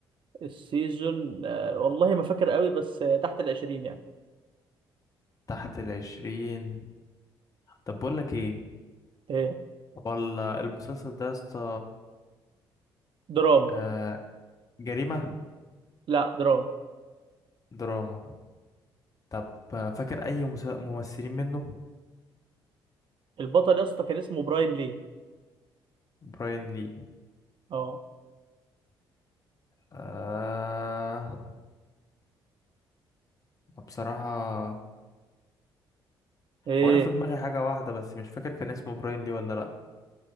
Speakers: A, on the right; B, on the left.
A: السيزون آه والله ما فاكر قوي بس آه، تحت العشرين يعني
B: تحت العشرين طب بقول لك ايه
A: إيه
B: ولا المسلسل ده يا اسطى
A: دراما
B: آه، جريمة
A: لا دراما
B: دراما طب آه، فاكر اي مس- ممثلين منه
A: البطل يا اسطى كان اسمه براين لي
B: براين لي
A: اه
B: آه بصراحة
A: ايه
B: هو أنا في دماغي حاجة واحدة بس مش فاكر كان اسمه براين لي ولا لأ